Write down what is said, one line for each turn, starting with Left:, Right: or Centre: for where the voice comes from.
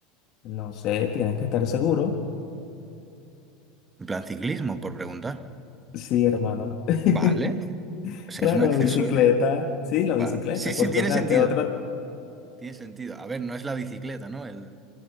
Left: No sé, tienes que estar seguro.
Right: En plan ciclismo, por preguntar.
Left: Sí, hermano. <laughs>
Right: Vale. O sea,
Left: Claro,
Right: es un accesorio.
Left: bicicleta, sí, la
Right: Vale.
Left: bicicleta,
Right: Sí, sí,
Left: porque,
Right: tiene
Left: o sea,
Right: sentido.
Left: qué otro,
Right: Tiene sentido. A ver, no es la bicicleta, ¿no? El,